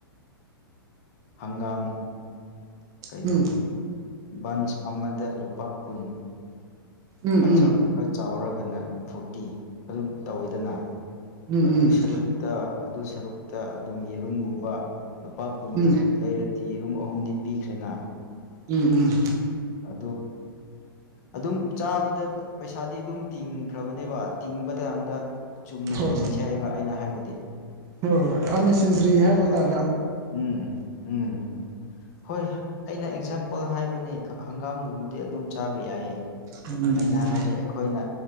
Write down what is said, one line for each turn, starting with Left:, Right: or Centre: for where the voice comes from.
Left: ꯍꯪꯒꯥꯝ ꯀꯩꯅꯣ
Right: ꯎꯝ
Left: ꯕꯟꯁ ꯑꯃꯗ ꯂꯨꯄꯥ ꯀꯨꯟ
Right: ꯎꯝ
Left: ꯑꯆꯥꯞꯄꯔ ꯆꯥꯎꯔꯒꯅ ꯐꯣꯔꯇꯤ ꯑꯗꯨꯝ ꯇꯧꯋꯤꯗꯅ
Right: ꯎꯝ ꯎꯝ ꯎꯝ
Left: ꯑꯗꯨ ꯁꯔꯨꯛꯇ ꯑꯗꯨ ꯁꯔꯨꯛꯇ ꯑꯗꯨꯝ ꯌꯦꯔꯨꯝꯒꯨꯝꯕ ꯂꯨꯄꯥ ꯀꯨꯟꯒꯤ
Right: ꯎꯝ
Left: ꯂꯩꯔꯗꯤ ꯔꯨꯝ ꯑꯍꯨꯝꯗꯤ ꯄꯤꯈ꯭ꯔꯦꯅ
Right: ꯎꯝ ꯎꯝ
Left: ꯑ ꯑꯗꯨꯝ ꯆꯥꯕꯗ ꯄꯩꯁꯥꯗꯤ ꯑꯗꯨꯝ ꯇꯤꯡꯈ꯭ꯔꯕꯅꯦꯕ ꯇꯤꯡꯕ ꯀꯥꯟꯗ ꯆꯨꯝꯅ
Right: ꯍꯣꯏ ꯍꯣꯏ
Left: ꯇꯤꯡꯁꯤ ꯍꯥꯏꯕ ꯑꯩꯅ ꯍꯥꯏꯕꯗꯤ
Right: ꯍꯣꯏ ꯍꯣꯏ ꯑꯅꯤ ꯁꯤꯟꯁ꯭ꯔꯤ ꯍꯥꯏꯕꯇꯥꯔ
Left: ꯎꯝ ꯎꯝ ꯎꯝꯝ ꯍꯣꯏ ꯑꯩꯅ ꯑꯦꯛꯖꯥꯝ ꯄ ꯍꯥꯏꯕꯅꯤ ꯍꯪꯒꯥꯝꯒꯨꯝꯕꯗꯤ ꯑꯗꯨꯝ ꯆꯥꯕ ꯌꯥꯏꯌꯦ
Right: ꯎꯝ ꯎꯝ ꯎꯝ
Left: ꯑꯩꯅ ꯍꯥꯏꯕꯗꯤ ꯑꯩꯈꯣꯏꯅ